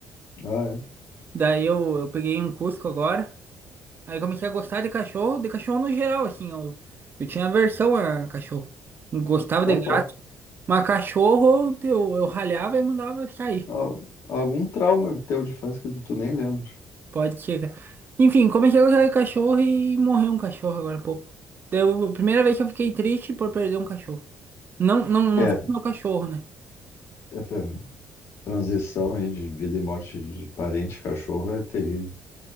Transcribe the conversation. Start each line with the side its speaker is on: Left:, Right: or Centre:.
Left: Ah, é.
Right: Daí eu, eu peguei um Cusco agora, aí comecei a gostar de cachorro, de cachorro no geral, assim, eu, eu tinha aversão a cachorro. Não Gostava
Left: Capaz.
Right: de gato, mas cachorro eu, eu ralhava e mandava sair.
Left: Al- Algum trauma teu de infância que tu nem lembra.
Right: Pode chegar. Enfim, comecei a gostar de cachorro e morreu um cachorro agora há pouco. Deu, primeira vez que eu fiquei triste por perder um cachorro. Não, não, não
Left: É,
Right: foi meu cachorro, né?
Left: é, foi transição aí de vida e morte de parente, cachorro é terrível.